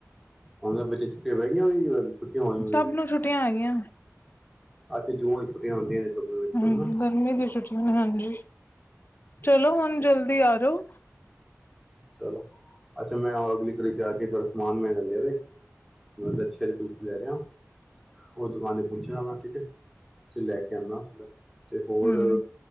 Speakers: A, in the centre; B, on the left.
A: ਹੁਣਾ ਦੇ ਬੱਚਿਆ ਨੂੰ ਛੁੱਟਿਆ ਪਏ ਗੇਇਆ ਛੁੱਟੀ ਹੋਣੀ
B: ਸਭ
A: ਹੁੰ
B: ਨੂੰ ਛੁੱਟੀਆਂ ਹੈਗੀਆਂ
A: ਅੱਛਾ ਜੂਨ ਚ ਛੁੱਟੀਆਂ ਹੁੰਦੀਆਂ ਨੇ ਸਭ ਦੇ ਵਿੱਚ
B: ਹਮ
A: ਨਾ ਅੱਛਾ
B: ਗਰਮੀ ਦੀ ਛੁਟੀਆ ਹਾਂਜੀ, ਚਲੋ ਹੁਣ ਜਲਦੀ ਆ ਜਾਓ
A: ਚਲੋ <unintelligible> ਅੱਛਾ ਮੈਂ ਅਗਲੀ ਗਲੀ 'ਚ ਜਾ ਕੇ <unintelligible> ਸਾਮਾਨ ਲੈ ਰਿਹਾ, ਲੱਛੇ ਵਾਲੀ ਕੁਲਫੀ ਲੈ ਰਿਹਾ। ਹੋਰ ਦੁਕਾਨ ਤੇ ਪੁੱਛ ਲਾੰਗਾ ਠੀਕ ਹੈ, ਫੇਰ ਲੈ ਕੇ ਆਉਂਦਾ ਤੇ ਹੋਰ
B: ਹੂੰ